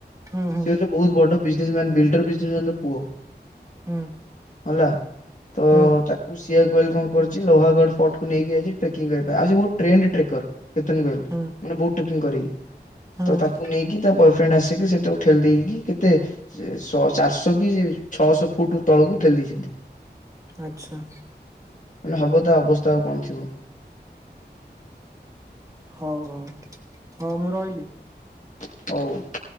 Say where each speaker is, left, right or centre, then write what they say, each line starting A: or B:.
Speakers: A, on the right; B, on the left.
A: ହୁଁ ହୁଁ
B: ସେ ହଉଚି ବହୁତ ବଡ଼ ବିଜନେସ୍ ମ୍ୟାନ୍ ବିଲ୍ଡର ବିଜନେସ୍ ମ୍ୟାନର ପୁଅ।
A: <inaudible>
B: ଅଲା, ତ
A: ହୁଁ
B: ତା ସିଆ କୁ ୱେଲକମ୍ କରିଚି, ଲୋହାଗଡ଼ ଫୋର୍ଟକୁ ନେଇକି ଯାଇଚି ଟ୍ରେକିଙ୍ଗ କରିବା ପାଇଁ। ଆଉ ସେ ବହୁତ୍ ଟ୍ରେଣ୍ଡ ଟ୍ରେକର୍। କେତନ୍ ଅଗ୍ରୱାଲ
A: ହୁଁ
B: ମାନେ ବୋଟ ଟ୍ରେକିଂ କରେ।
A: ହୁଁ
B: ତ ତାକୁ ନେଇ କି ତା ବୟଫ୍ରେଣ୍ଡ ଆସିକି ସେ ତାକୁ ଠେଲି ଦେଇକି କେତେ ସେ ଶ ଚାରିଶହ କି ଛଅଶହ ଫୁଟ୍ ତଳକୁ ଠେଲି ଦେଇଛନ୍ତି।
A: ଆଚ୍ଛା।
B: ମାନେ ହବ ତା ଅବସ୍ଥା ଆଉ କଣ ଥିବ।
A: ହଉ ହଉ, ହଉ ମୁଁ ରହିଲି।
B: <unintelligible>